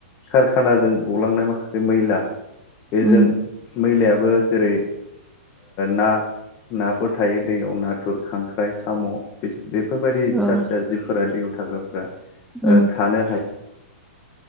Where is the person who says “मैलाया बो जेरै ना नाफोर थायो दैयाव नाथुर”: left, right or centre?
Left